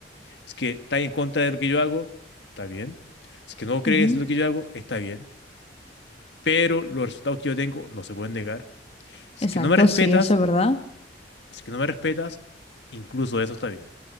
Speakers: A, on the left; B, on the left.
A: es que estás en contra de lo que yo hago, está bien. Es que no crees
B: ujú.
A: en lo que yo hago, está bien. Pero los resultados que yo tengo no se pueden negar. Si
B: Exacto,
A: Es que no me respetas,
B: sí, eso es verdad.
A: si es que no me respetas, incluso eso está bien.